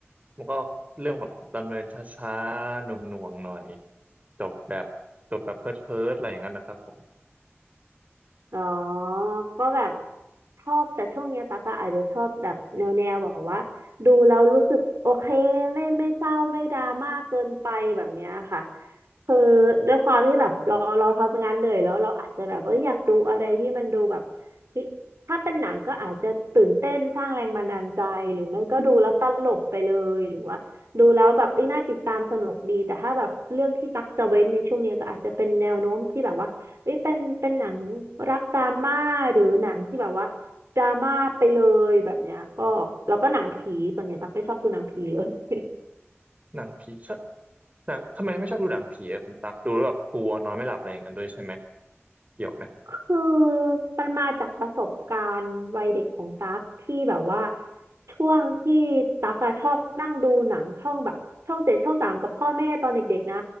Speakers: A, on the right; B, on the right.
A: มันก็เรื่องแบบดำเนินช้าๆหน่วงหน่วงหน่อยจบแบบจบแบบเพิร์ดเพิร์ดอะไรอย่างนั้นนะครับผม
B: อ๋อก็แบบชอบแต่ช่วงเนี้ยตั๊กอะอาจจะชอบแบบแนวแนวแบบว่าดูแล้วรู้สึกโอเคไม่ไม่เศร้าไม่ดราม่าเกินไปแบบเนี้ยค่ะคือด้วยความที่แบบเราเราทำงานเหนื่อยแล้วเราอาจจะแบบว่าอยากดูอะไรที่มันดูแบบเฮ้ยถ้าเป็นหนังก็อาจจะตื่นเต้นสร้างแรงบันดาลใจหรือไม่ก็ดูแล้วตลกไปเลยหรือว่าดูแล้วแบบเอ้ยน่าติดตามสนุกดีแต่ถ้าแบบเรื่องที่ตักจะเว้นในช่วงเนี้ยก็อาจจะเป็นแนวโน้มที่แบบว่า เอ้ยเป็นเป็นหนังรักดราม่าหรือหนังที่แบบว่าดราม่าไปเลยแบบเนี้ยก็แล้วก็หนังผีส่วนใหญ่ตั๊กไม่ชอบดูหนังผีเลย
A: หนังผีชอบหนังทำไมไม่ชอบดูหนังผีอะคุณตักดูแล้วแบบกลัวนอนไม่หลับอะไรอย่างนั้นด้วยใช่ไหมเกี่ยวไหม
B: คือมันมาจากประสบการณ์วัยเด็กของตั๊กที่แบบว่าช่วงที่ตั๊กอะชอบนั่งดูหนังช่องแบบช่องเจ็ดช่องสามกับพ่อแม่ตอนเด็กๆนะ